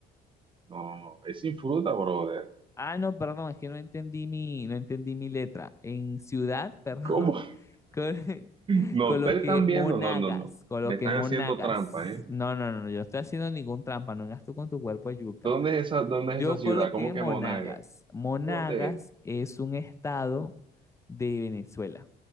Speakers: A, on the right (about 30°); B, on the left (about 15°).
A: No, es sin fruta, brother.
B: Ah, no, perdón, es que no entendí mi, no entendí mi letra. En ciudad, <laughs> perdón,
A: ¿Cómo? <laughs>
B: col-
A: No,
B: coloqué
A: ustedes están viendo,
B: monagas,
A: no, no, no.
B: coloqué
A: Me están
B: monagas.
A: haciendo trampa, ¿eh?
B: No, no, no, yo no estoy haciendo ningún trampa, no hagas tú con tu cuerpo de yuca.
A: ¿Dónde es esa, dónde es
B: Yo
A: esa ciudad?
B: coloqué
A: ¿Cómo que
B: Monagas.
A: Monagas?
B: Monagas
A: ¿Dónde es?
B: es un estado de Venezuela.